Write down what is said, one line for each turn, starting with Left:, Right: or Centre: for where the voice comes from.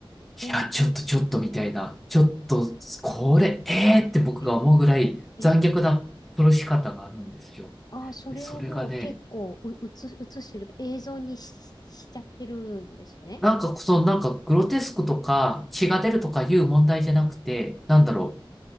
Left: 問題シーン。
Centre: や、ちょっとちょっとみたいな、ちょっと、これ、えーって僕が思うぐらい残虐な殺し方があるんですよ。
Left: え、え、ああ、それをもう結構う、
Centre: でそれがね、
Left: うつ、映してる、映像にし、しちゃってるんですね。
Centre: なんか、その、なんか、グロテスクとか、血が出るとかいう問題じゃなくて、なんだろう、
Left: うん。